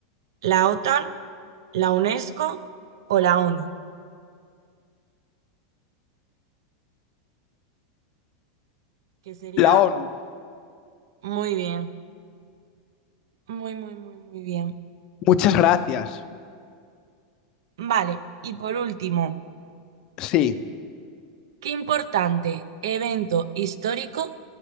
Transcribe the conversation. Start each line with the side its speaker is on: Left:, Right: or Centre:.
Right: ¿La OTAN, la UNESCO o la ONU? Que sería
Left: La ONU.
Right: muy bien, muy, muy, muy, muy bien.
Left: Muchas gracias.
Right: Vale, y por último,
Left: Sí,
Right: ¿qué importante evento histórico